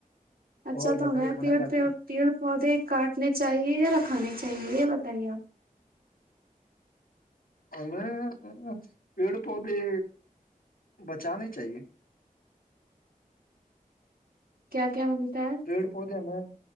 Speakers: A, on the right; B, on the left.
A: اچھا
B: اور
A: تو
B: بتائیے
A: ہمیں
B: کھانا
A: پیڑ
B: کھا
A: پ
B: لیا
A: پیڑ پودے کاٹنے چاہیے یا رکھانے چاہیے یہ بتائیے آپ
B: امییں پیڑ پودے بچانے چاہیے
A: کیا کیا ہوولتا <inaudible>
B: پیڑ پودے ہمیں